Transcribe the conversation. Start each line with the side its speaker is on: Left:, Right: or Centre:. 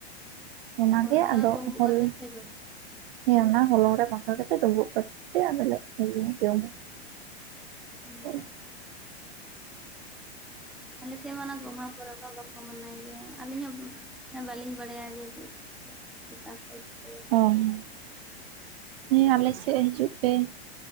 Right: ᱚᱱᱟᱜᱮ
Centre: ᱚᱱᱟ ᱠᱚ
Right: ᱟᱫᱚ
Centre: ᱰᱩᱸᱵᱩᱜ
Right: ᱦᱚᱞᱚᱝ
Centre: ᱠᱟᱛᱮᱫ ᱯᱮ ᱡᱚᱢᱟ
Right: ᱦᱮᱸ ᱚᱱᱟ ᱦᱚᱞᱚᱝ ᱨᱮ ᱢᱟᱠᱷᱟᱣ ᱠᱟᱛᱮ ᱰᱩᱸᱵᱩᱜ ᱠᱟᱛᱮ ᱟᱫᱚ ᱞᱮ ᱡᱚᱢᱟ
Centre: ᱦᱩᱸ
Right: ᱦᱮᱸ
Centre: ᱟᱞᱮ ᱥᱮᱫ ᱢᱟ ᱚᱱᱟ ᱜᱚᱢᱦᱟ ᱯᱚᱨᱚᱵᱽ ᱵᱟᱠᱚ ᱢᱟᱱᱟᱭ ᱜᱮᱭᱟ ᱟᱹᱞᱤᱧ ᱦᱚᱸ ᱵᱟᱹᱞᱤᱧ ᱵᱟᱲᱟᱭᱟ ᱡᱮ ᱪᱮᱫ ᱪᱮᱫ <unintelligible>
Right: <unintelligible> ᱦᱮᱸ ᱟᱞᱮ ᱥᱮᱜ ᱦᱤᱡᱩᱜ ᱯᱮ